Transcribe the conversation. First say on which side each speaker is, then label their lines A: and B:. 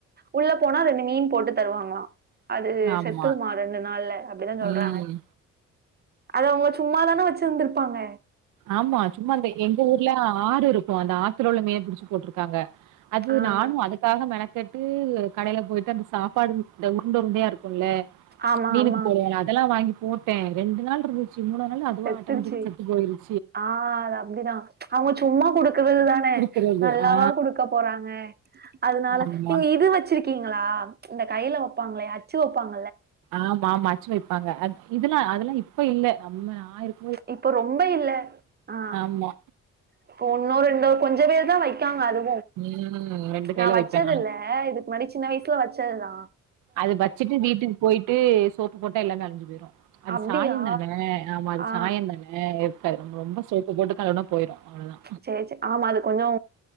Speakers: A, on the right; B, on the right.
A: உள்ள போனா ரெண்டு மீன் போட்டு தருவாங்ளா அது
B: ஆமா
A: செத்ருமா ரெண்டு நாள்ல அப்டிதா சொல்றாங்க
B: ம்
A: அத அவங்க சும்மாதான வச்சிந்திர்ப்பாங்க
B: ஆமா சும்மா அந்த எங்க ஊர்லா ஆறு இருக்கூ அந்த ஆத்துல உள்ள மீன புடிச்சி போட்ருக்காங்க அது
A: ஆ
B: நானு அதுக்காக மெனக் கெட்டு கடைய்ல போய்ட்டு அந்த சாப்பாடு இந்த உருண்ட உருண்ட உருண்டயா இருக்கூல
A: ஆமா
B: மீனுக்கு
A: ஆமா
B: போடுவோல அதல்லா வாங்கி போட்டே ரெண்டு நாள் இருந்துச் சு மூணானாலு அதுவா
A: செத்துருச்சு
B: ஆட்டாமேட்டிக்கா செத்து போய்ருச்
A: ஆ அது அப்டிதா அவங்க சும்மா குடுக்குறது தான் ன
B: இருக்கிறது
A: நல்லாவா
B: ஆ
A: குடுக்க போறாங்க அதுனால
B: ஆமா
A: நீங்க இது வச்சிருக்கீங்களா ஆ இந்த கையில வப்பாங்களே அச்சு வப்பாங்
B: ஆமா ஆமா ஆச்சு வைய்ப்பாங்க அது இதெல்லா அதெல்லா இப்ப இல்ல நம்ம ஆயிருக்
A: இப்ப ரொம்ப இல்ல ஆ
B: ஆமா
A: இப்போ ஒன்னோ ரெண்டோ கொஞ் இதுவே தா வைக்காங்க அது
B: ம் ரெண்டு கையில
A: நா
B: வைப்பே
A: வச்சது
B: நானு
A: இல்ல இதுக்கு முன்னாடி சின்ன வயசுல வச்சதுதா
B: அது வச்சிட்டு வீட்டுக்கு போயிட்டு சோப்பு போட்டா எல்லாமே அழஞ்சி போய்ரு அது
A: அப்டியா
B: சாய தானே ஆமா அது
A: ஆ ஆ
B: சாயம் தானே இருக்காது நம்ம ரொம்ப சோப்பு போட்டு கழுவுனா போயிரு அவ்ளோதா
A: சரி சரி ஆமா அது கொஞ்ச